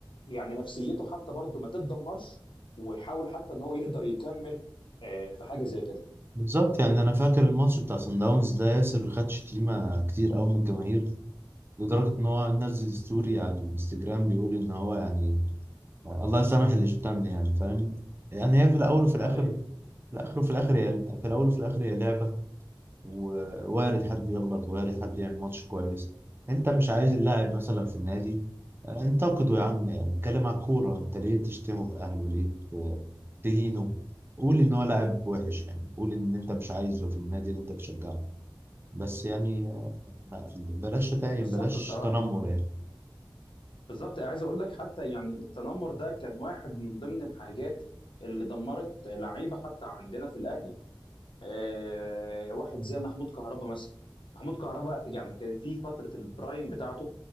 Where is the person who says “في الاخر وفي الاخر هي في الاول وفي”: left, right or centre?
Right